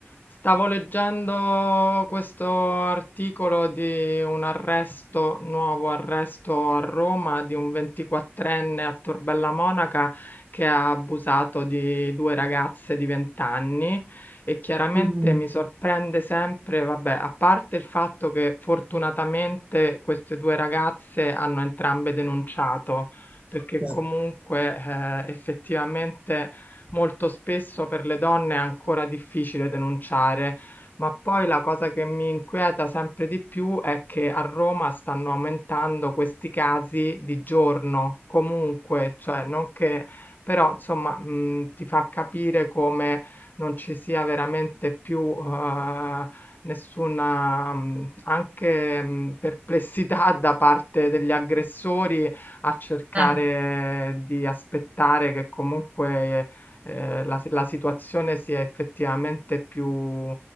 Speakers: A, on the left; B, on the right.
A: Stavo leggendo questo articolo di un arresto, nuovo arresto a Roma di un 24enne a Tor Bella Monaca che ha abusato di due ragazze di 20 anni e chiaramente
B: Mm.
A: mi sorprende sempre, vabbè, a parte il fatto che fortunatamente queste due ragazze hanno entrambe denunciato, perché
B: Beh.
A: comunque eh, effettivamente molto spesso per le donne è ancora difficile denunciare. Ma poi la cosa che mi inquieta sempre di più è che a Roma stanno aumentando questi casi di giorno, comunque, cioè non che, però insomma, mh, ti fa capire come non ci sia veramente più eh, nessuna mh, anche mh, perplessità <laughs> da parte degli aggressori a cercare
B: Mm.
A: di aspettare che comunque eh, la, si- la situazione sia effettivamente più